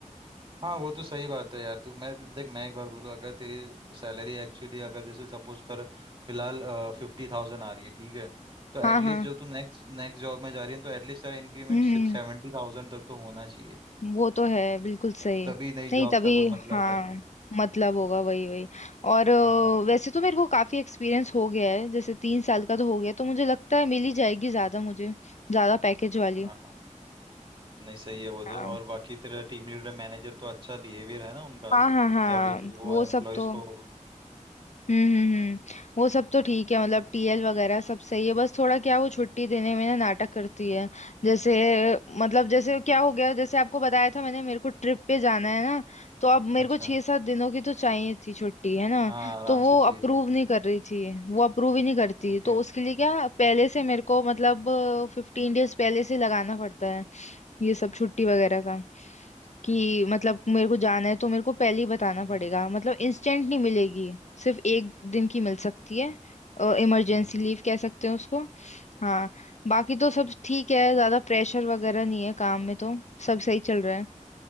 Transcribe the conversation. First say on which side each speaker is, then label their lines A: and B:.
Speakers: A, on the right; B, on the left.
A: हाँ वो तो सही बात है यार तू मैं देख मैं एक बात बोलूँ अगर तेरी सैलरी एक्चुअली अगर जैसे सपोज कर फिलहाल फिफ्टी थाउजेंड आ रही है ठीक है तो
B: हाँ
A: एटलीस्ट
B: हाँ
A: जो तू नेक्स्ट नेक्स्ट जॉब में जा रही है तो एटलीस्ट तेरा इंक्रीमेंट
B: हम्म
A: सिक्स
B: हम्म।
A: सेवेंटी थाउजेंड तक तो होना चाहिए
B: वो तो है बिल्कुल सही
A: तभी नई
B: नहीं
A: जॉब
B: तभी
A: का कोई मतलब
B: हाँ
A: है
B: मतलब होगा वही वही और अ,
A: हाँ
B: वैसे तो मेरे को काफी एक्सपीरियंस हो गया है जैसे तीन साल का तो हो गया तो मुझे लगता है मिल ही जाएगी ज्यादा मुझे ज्यादा पैकेज वाली
A: हाँ नहीं सही है वो तो
B: हाँ
A: और बाकी तेरा टीम लीडर मैनेजर तो अच्छा बिहेवियर है ना उनका
B: हाँ हाँ हाँ
A: या वो फिर वो
B: वो
A: एम्प्लॉयज
B: सब तो
A: को
B: हम्म हम्म हम्म, वो सब तो ठीक है मतलब टीएल वगैरह सब सही है बस थोड़ा क्या वो छुट्टी देने में ना नाटक करती है जैसे मतलब जैसे क्या हो गया जैसे आपको बताया था मैंने मेरे को ट्रिप पे जाना है ना तो अब मेरे
A: अच्छा
B: को छह सात दिनों की तो चाहिए थी छुट्टी है ना
A: हाँ आराम
B: तो वो
A: से चाहिए
B: अप्रूव
A: नहीं तो
B: नहीं कर रही थी वो अप्रूव ही नहीं करती
A: ओके
B: तो उसके लिए क्या पहले से मेरे को मतलब फिफ्टीन डेज पहले से लगाना पड़ता है ये सब छुट्टी वगैरह का कि मतलब मेरे को जाना है तो मेरे को पहले ही बताना पड़ेगा
A: हम्म
B: मतलब इंस्टेंट नहीं मिलेगी सिर्फ एक दिन की मिल सकती है इमरजेंसी
A: हम्म
B: लीव कह सकते हैं उसको हाँ बाकी तो सब ठीक है ज्यादा प्रेशर वगैरह नहीं है काम में तो सब सही चल रहा है